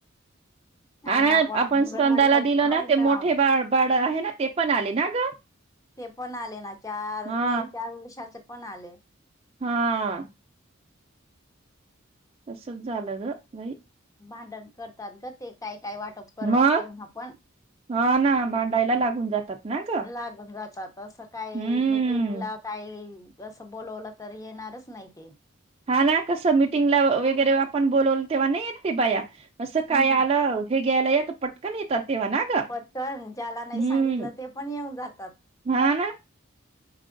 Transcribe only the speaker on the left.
आणि
अंगणवाडीमध्ये
जाऊन
ते पण आले ना चार
तीन चार वर्षाचे पण आले
भांडण करतात ग ते काय -काय वाटप परत
ते पण
आले चार-पाच वर्षाचे तसं काही
मीटिंगला काही असं बोलवलं तर येणारच नाही ते
हम्म
पटकन ज्याला नाही
सांगितलं ते पण येऊन जातात